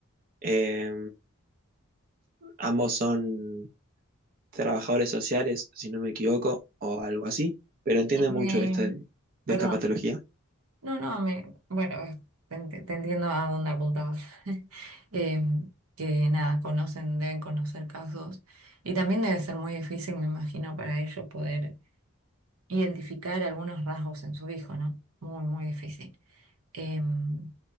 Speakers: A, on the right; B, on the right.
A: Eh, ambos son trabajadores sociales, si no me equivoco, o algo así, pero entienden
B: Me, me-
A: mucho de, este- de
B: perdón,
A: esta patología.
B: no, no, me, bueno, eh, te, ent- te entiendo a dónde apuntabas. <laughs> Em, que nada, conocen, deben conocer casos y también debe ser muy difícil, me imagino, para ellos poder identificar algunos rasgos en su hijo, ¿no? Muy, muy difícil. Em,